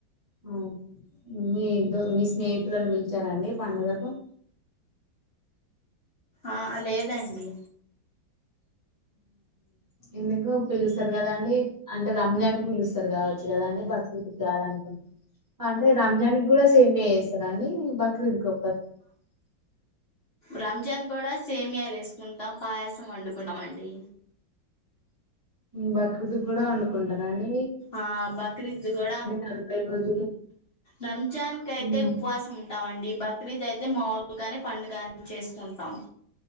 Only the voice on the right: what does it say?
ఆ మీ దో మీ స్నేహితులను పిలిచారండి పండుగకు
ఎందుకు పిలుస్తారు కదండి అంటే రంజాన్ పిలుస్తారు కావచ్చు కదండి బక్రీదు కాదనుకు అంటే రంజాన్ కూడా సేమ్ే చేస్తారుండి బక్రీ ఇదుకో
బక్రదు కూడా వండుకుంటారా అండి
నలభై రోజులు
ఉమ్.